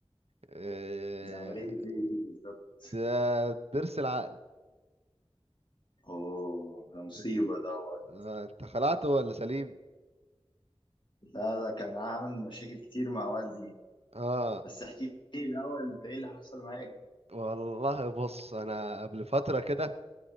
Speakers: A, on the right (about 70°); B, on the left (about 50°).
A: إيه،
B: دي عمليه ايه دي بالظبط
A: ده ضرس العقل
B: اوه ده مصيبه
A: انت
B: دوت
A: آه، أنت خلعته ولا سليم
B: لا ده كان عامل مشاكل كتير مع والدي
A: اه
B: بس احكي لي الاول انت ايه اللي حصل معاك
A: والله بص انا قبل فترة كده